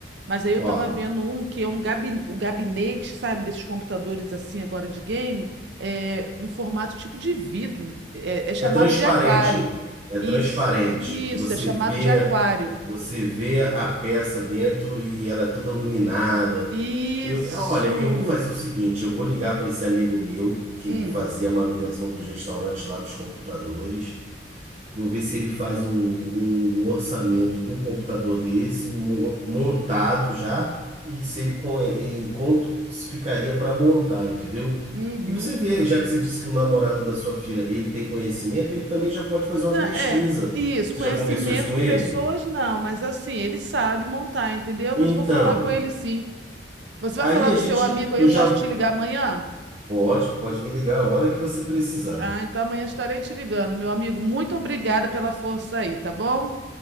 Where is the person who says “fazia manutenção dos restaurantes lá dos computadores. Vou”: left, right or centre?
Right